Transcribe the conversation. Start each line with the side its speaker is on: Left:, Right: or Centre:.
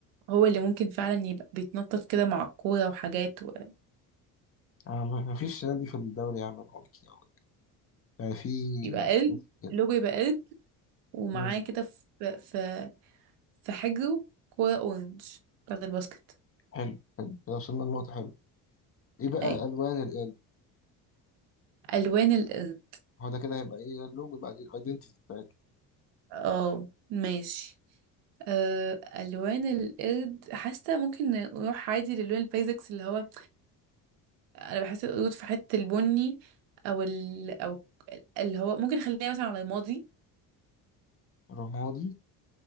Right: هو اللي ممكن فعلا يبقى بيتنطط كده مع الكوره وحاجات و...
Left: آه ما ما فيش نادي في الدوري يعمل مونكي أوي يعني في
Right: يبقى قرد
Left: ناس كده
Right: لوجو يبقى قرد ومعاه
Left: مم،
Right: كده في في في حجره كوره اورنج بتاعت الباسكت
Left: حلو حلو كده وصلنا لنقطة حلوة ايه بقى
Right: اي
Left: ألوان القرد؟
Right: الوان القرد
Left: هو ده كده هيبقى ايه ده اللوجو بقى دي الايدنتيتي بتاعتنا
Right: اه ماشي أه الوان القرد حاسه ممكن نروح عادي للون البيزكس اللي هو انا بحس القرود في حته البني او ال... او اللي هو ممكن خليها مثلا على رمادي
Left: رمادي